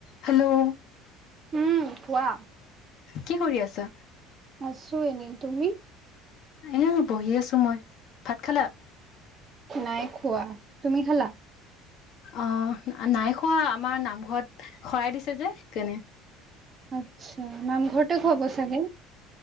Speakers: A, on the left; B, on the right.
A: Hello
B: উম' কোৱা?
A: কি কৰি আছা?
B: আছো এনেই তুমি?
A: এ বহি আছো মই, ভাত খালা?
B: নাই খোৱা, তুমি খালা?
A: অঁ নাই খোৱা আমাৰ নামঘৰত শৰাই দিছে যে সেইকানে।
B: আচ্ছা, নাম ঘৰতে খুৱাব চাগে?